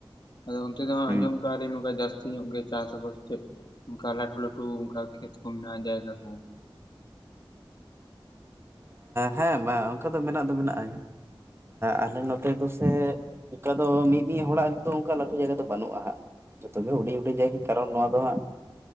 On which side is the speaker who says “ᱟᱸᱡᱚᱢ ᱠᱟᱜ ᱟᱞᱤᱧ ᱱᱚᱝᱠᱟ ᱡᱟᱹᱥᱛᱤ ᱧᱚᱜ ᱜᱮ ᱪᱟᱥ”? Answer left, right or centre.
Left